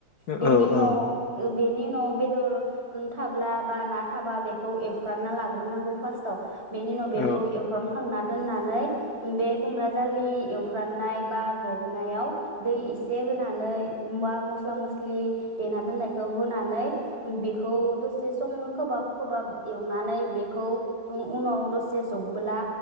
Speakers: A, on the right (about 30°); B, on the left (about 55°).
A: बेनि
B: औ
A: उनाव
B: औ।
A: बेनि उनाव बेदर थाब्ला बा ना थाबा बेखौ एवफ्रानना लाग्रोनांगौ फार्स्टआव बेनि उनाव बेखौ
B: औ
A: एवफ्रानखांना दोननानै बे खुमब्रा जालि एवफ्राननाय बा रबनायाव दै एसे होनानै बा मस्ला मस्लि देना दोननायखौ होनानै बेखौ दसे सम खोहाब खोबाब एवनानै बेखौ उनाव दसे जबब्ला